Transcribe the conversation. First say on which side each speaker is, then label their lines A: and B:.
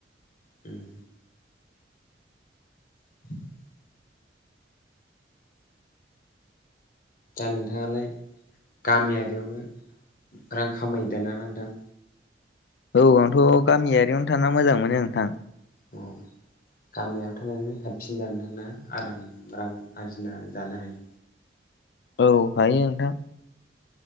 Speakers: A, on the left; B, on the left.
A: उम <inaudible> दा नोंथाङालाय गामियारियावनो रां खामायदोना नोंथां?
B: औ आंथ' गामियारियावनो थाना मोजां मोनो नोंथां।
A: औ गामियाव थानानै साबसिनदां नोंथांना आराम रां आरजिना जानो हायो।
B: औ हायो नोंथां।